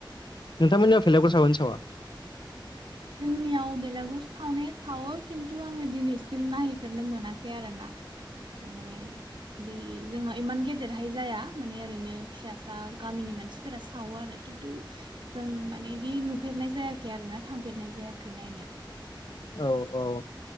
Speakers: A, on the left; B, on the right.
A: नोंथांमोननियाव बेलागुर सागोना सावा
B: <inaudible> जोंनियाव बेलागुर सावनाया सावो खिन्थु आङो दिनैसिम नायहैफेरनो मोनाखै आरोना माने बि जोंनाव इमान गेदेरहाय जाया माने ओरैनो फिसासा गामिनि मानसि फोर सावो आरो खिन्थु जों माने बिदि नुफेरनाय जायाखै आरो ना थांफेरनाय जायाखै नायनो
A: औ औ